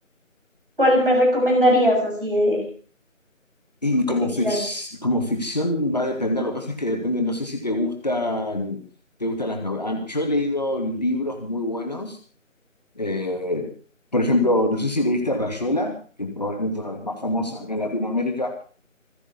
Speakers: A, on the right; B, on the left.
A: ¿Cuál me recomendarías así de,
B: Y como,
A: de ficción?
B: fic- como ficción va a depender, lo que pasa es que depende, no sé si te gustan, te gustan las novelas. Yo he leído libros muy buenos, eh, por ejemplo, no sé si leíste Rayuela, que es probablemente uno de los más famosos acá en Latinoamérica,